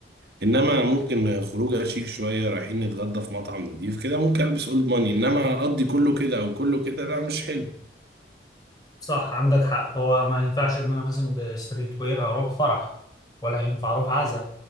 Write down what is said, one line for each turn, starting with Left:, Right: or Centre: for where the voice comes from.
Right: انما ممكن خروجه شيك شويه رايحين نتغدى في مطعم نضيف كده ممكن البس اولد ماني انما اقضي كله كده او كله كده لا مش حلو
Left: صح عندك حق هو ما ينفعش ان انا مثلا بستريت وير اروح فرح ولا هينفع اروح عزا